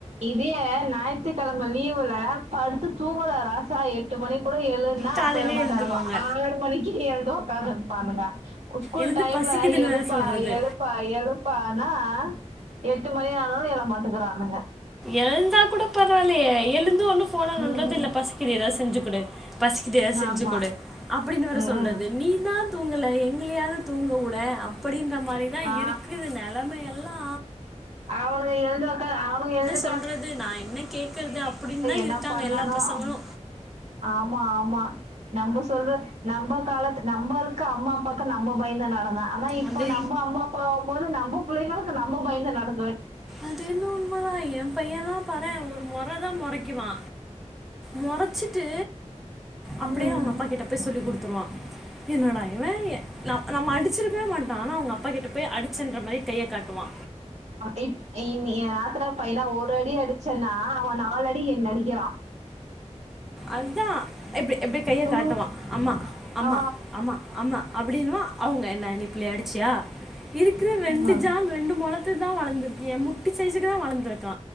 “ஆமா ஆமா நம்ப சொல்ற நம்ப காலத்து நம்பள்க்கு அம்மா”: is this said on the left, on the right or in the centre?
Right